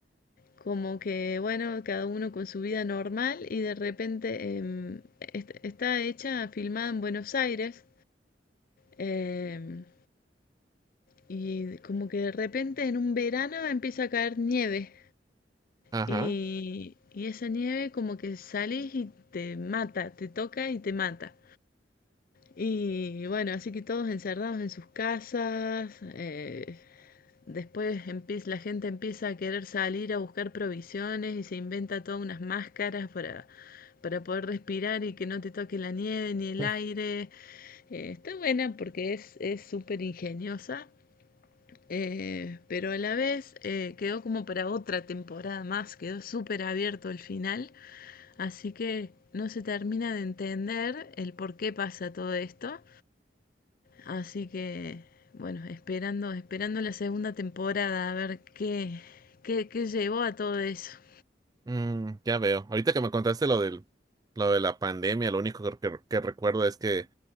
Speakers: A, on the left; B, on the right.
A: como que, bueno, cada uno con su vida normal y de repente em, est- está hecha, filmada en Buenos Aires em, y como que de repente en un verano empieza a caer nieve
B: Ajá.
A: y, y esa nieve como que salís y te mata, te toca y te mata. Y bueno, así que todos encerrados en sus casas, eh, Después empie- la gente empieza a querer salir a buscar provisiones y se inventa todas unas máscaras para, para poder respirar y que no te toque la nieve ni el
B: <laughs>
A: aire. Eh, está buena porque es es súper ingeniosa, eh, pero a la vez eh, quedó como para otra temporada más, quedó súper abierto el final, así que no se termina de entender el por qué pasa todo esto. Así que, bueno, esperando, esperando la segunda temporada a ver qué, qué, qué llevó a todo eso. <laughs>
B: Mm, ya veo. Ahorita que me contaste lo del, lo de la pandemia, lo único que, que- que recuerdo es que